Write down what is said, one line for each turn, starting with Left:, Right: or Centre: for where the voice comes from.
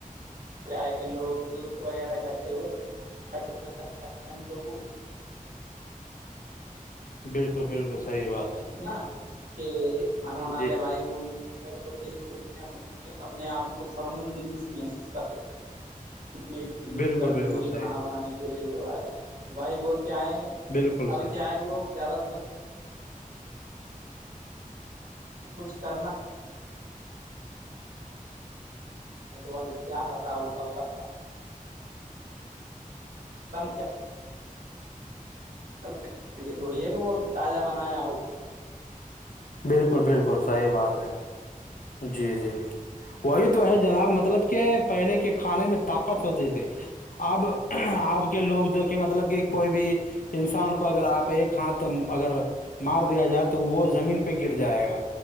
Right: ہے کہ لوگ دوست وغیرہ اکٹھے ہوئے <unintelligible> تو وہ
Left: بالکل بالکل صحیح بات
Right: کتنا تے کھان بنا
Left: جی
Right: لے بھائی روم <unintelligible> اپنے اپ کو سرمندگی سے محسوس کر میری بے عزتی
Left: بالکل
Right: کر
Left: بالکل
Right: دے مجھےکھانا
Left: صحیح
Right: بنانے اسی لیے <unintelligible> بھائی وہ کیا ہے
Left: بالکل
Right: اب
Left: صحیح
Right: کیا ہے لوگ زیادہ طر کچھ کرنا بھائی کیا پتا وہ کب کر <inaudible> <unintelligible> تھوڑی ہے کہ وہ ابھی تازہ بنایا ہو
Left: بالکل بالکل صحیح بات ہے جی جی وہی
Right: ہو
Left: تو ہے
Right: جی
Left: جناب مطلب کہ پہلے کے کھانے میں طاقت ہوتی تھی اب اپ کے لوگ دو کھے مطلب کہ کوئی بھی انسان کو اگر اپ ایک ہاتھ تم اگر مار دیا جائے تو وہ زمین پہ گر جائے گا